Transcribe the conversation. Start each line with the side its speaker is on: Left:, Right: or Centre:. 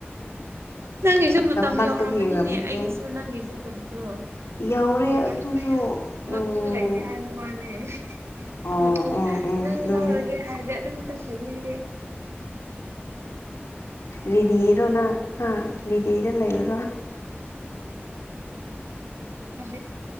Right: ꯅꯪꯒꯤꯁꯨ ꯃꯇꯝ
Left: ꯅꯛꯄꯒꯤ
Right: ꯌꯧꯔꯕꯅꯤꯅꯦ
Left: ꯑꯣꯏꯔꯝꯅꯤꯀꯣ
Right: ꯑꯩꯒꯤꯁꯨ ꯅꯪ ꯒꯤꯁꯨ ꯀꯔꯤꯅꯣ
Left: ꯌꯧꯔꯦ
Right: ꯃꯄꯨ
Left: ꯑꯗꯨꯁꯨ
Right: ꯃꯄꯨ
Left: ꯎꯝ
Right: ꯂꯩꯇꯦ ꯍꯥꯏꯕ ꯋꯥꯅꯦ
Left: ꯑꯣ
Right: ꯃꯥꯄꯨ
Left: ꯎꯝ ꯎꯝ
Right: ꯅꯪ
Left: ꯑꯗꯨꯅꯦ
Right: ꯂꯧꯔꯒꯦ ꯍꯥꯏꯔꯗꯤ ꯑꯗꯨꯝ ꯆꯠꯈꯤꯅꯤ ꯑꯩꯗꯤ
Left: ꯔꯤꯗꯤꯔꯣ ꯅꯪ ꯍꯥꯥ ꯔꯤꯗꯤꯗ ꯂꯩꯔꯨꯔꯣ
Right: <unintelligible>